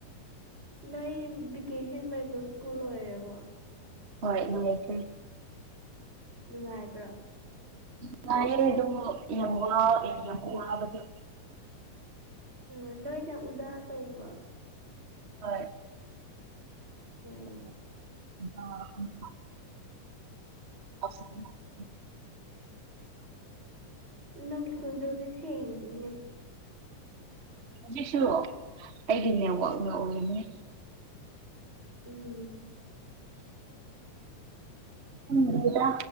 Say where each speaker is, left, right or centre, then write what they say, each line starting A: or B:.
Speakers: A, on the right (about 20°); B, on the right (about 45°).
A: ꯅꯣꯏ ꯚꯦꯀꯦꯁꯟ ꯕꯥꯏꯕꯣ ꯁ꯭ꯀꯨꯜ ꯂꯣꯏꯔꯕꯣ
B: ꯍꯣꯏ ꯂꯣꯏꯈ꯭ꯔꯦ
A: ꯅꯨꯡꯉꯥꯏꯕ꯭ꯔꯣ
B: ꯅꯨꯡꯉꯥꯏꯌꯦ ꯑꯗꯨꯝ ꯌꯥꯝ ꯋꯥ ꯌꯥꯝ ꯋꯥꯕꯗ
A: ꯑ ꯅꯣꯏꯅ ꯎꯖꯥ ꯇꯧꯕ꯭ꯔꯣ
B: ꯍꯣꯏ
A: ꯎꯝ
B: ꯑ <unintelligible> ꯑꯁ <unintelligible>
A: ꯅꯪꯒꯤ ꯈꯨꯟꯖꯦꯜꯗꯣ ꯁꯦꯡꯗꯤꯅꯦ
B: ꯍꯧꯖꯤꯛꯁꯨ ꯑꯩꯒꯤ ꯅꯦꯠꯋꯥꯛꯅ ꯑꯣꯏꯔꯝꯅꯤ
A: ꯎꯨꯝ
B: ꯈꯪꯗꯦꯗ